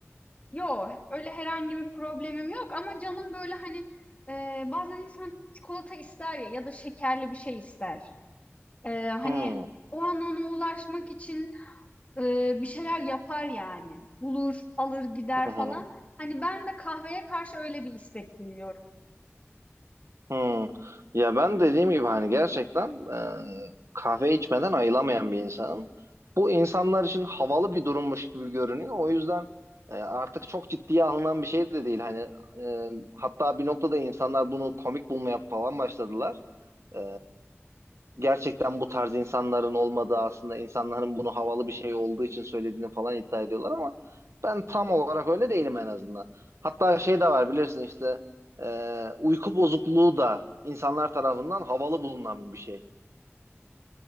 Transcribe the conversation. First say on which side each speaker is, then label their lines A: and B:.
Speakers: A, on the left; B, on the right.
A: Yok öyle herhangi bir problemim yok ama canım böyle hani e, bazen insan çikolata ister ya ya da şekerli bir şey ister. Ee, hani
B: Hmm.
A: o an ona ulaşmak için e, bir şeyler yapar yani. Bulur, alır, gider
B: <laughs>
A: falan. Hani ben de kahveye karşı öyle bir istek duyuyorum.
B: Hmm. Ya ben dediğim gibi hani gerçekten e, kahve içmeden ayılamayan bir insanım. Bu insanlar için havalı bir durummuş gibi görünüyor. O yüzden e, artık çok ciddiye alınan bir şey de değil. Hani e, hatta bir noktada insanlar bunu komik bulmaya falan başladılar. E, gerçekten bu tarz insanların olmadığı aslında insanların bunu havalı bir şey olduğu için söylediğini falan iddia ediyorlar ama ben tam olarak öyle değilim en azından. Hatta şey de var bilirsin işte e, uyku bozukluğu da insanlar tarafından havalı bulunan bir şey.